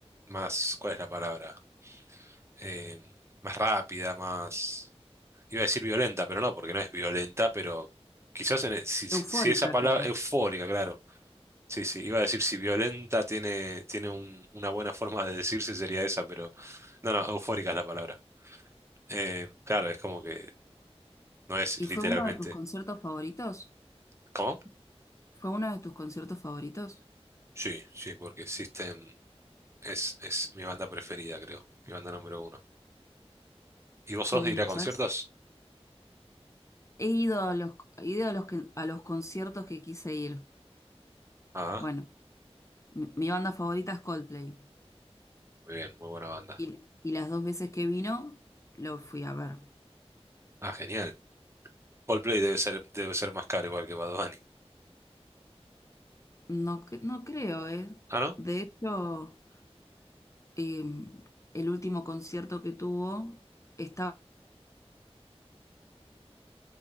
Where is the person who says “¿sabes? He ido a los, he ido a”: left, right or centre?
Left